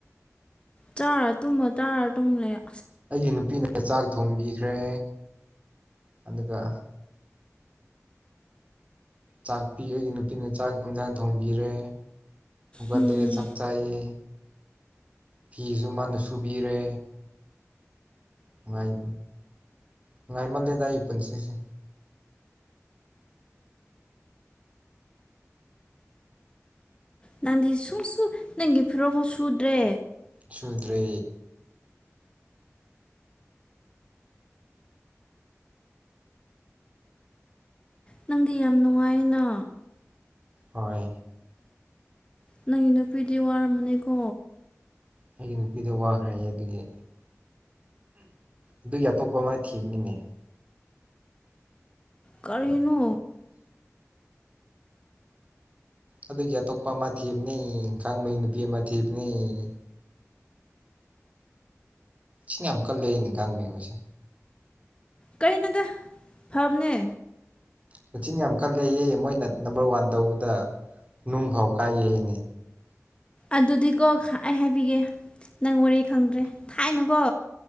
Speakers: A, on the left; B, on the right.
A: ꯆꯥꯔ ꯇꯨꯝꯃ ꯆꯥꯔꯥ ꯇꯨꯝꯃ ꯂꯩꯌꯣ
B: ꯑꯩꯒꯤ ꯅꯨꯄꯤꯅ ꯆꯥꯛ ꯊꯣꯡꯕꯤꯈ꯭ꯔꯦ ꯑꯗꯨꯒ ꯆꯥꯛꯄꯤ ꯑꯩꯒꯤ ꯅꯨꯄꯤꯅ ꯆꯥꯛ ꯏꯟꯖꯥꯡ ꯊꯣꯡꯕꯤꯔꯦ ꯒꯠꯂꯦ
A: ꯎꯝ
B: ꯆꯛ ꯆꯥꯏꯌꯦ ꯐꯤꯁꯨ ꯃꯥꯅ ꯁꯨꯕꯤꯔꯦ ꯅꯨꯡꯉꯥꯏ ꯅꯨꯡꯉꯥꯏꯃꯜꯂꯦꯗ ꯑꯩ ꯄꯨꯟꯁꯤꯁꯦ
A: ꯅꯪꯗꯤ ꯁꯨꯡ ꯁꯨ ꯅꯪꯒꯤ ꯐꯤꯔꯣꯟꯐꯥꯎ ꯁꯨꯗ꯭ꯔꯦ
B: ꯁꯨꯗ꯭ꯔꯦ
A: ꯅꯪꯗꯤ ꯌꯥꯝ ꯅꯨꯡꯉꯥꯏꯌꯦꯅ
B: ꯍꯣꯏ
A: ꯅꯪꯒꯤ ꯅꯨꯄꯤꯗꯤ ꯋꯥꯔꯝꯃꯅꯤꯀꯣ
B: ꯑꯩꯒꯤ ꯅꯨꯄꯤꯗ ꯋꯥꯈ꯭ꯔꯦ ꯑꯗꯨꯒꯤ ꯑꯗꯨꯒꯤ ꯑꯇꯣꯞꯄ ꯑꯃ ꯊꯤꯕꯅꯤꯅꯦ
A: ꯀꯔꯤꯅꯣ
B: ꯑꯗꯨꯒꯤ ꯑꯇꯣꯞꯄ ꯑꯃ ꯊꯤꯕꯅꯤ ꯀꯥꯡꯕꯩ ꯅꯨꯄꯤ ꯑꯃ ꯊꯤꯕꯅꯤ ꯁꯤꯟ ꯌꯥꯝ ꯀꯜꯂꯦꯌꯦ ꯅꯤꯡꯀꯥꯡꯃꯣꯏꯁꯦ
A: ꯀꯩꯅꯣꯗ ꯐꯕꯅꯦ
B: ꯃꯆꯤꯟ ꯌꯥꯝ ꯀꯜꯂꯦꯌꯦ ꯃꯣꯏ ꯅꯝꯕꯔ ꯋꯥꯟ ꯇꯧꯕꯗ ꯅꯨꯡ ꯐꯥꯎ ꯀꯥꯏꯌꯦ ꯍꯥꯏꯌꯦꯅꯦ
A: ꯑꯗꯨꯗꯤꯀꯣ ꯑꯩ ꯍꯥꯏꯕꯤꯒꯦ ꯅꯪ ꯋꯥꯔꯤ ꯈꯪꯗ꯭ꯔꯦ ꯊꯥꯏꯅꯀꯣ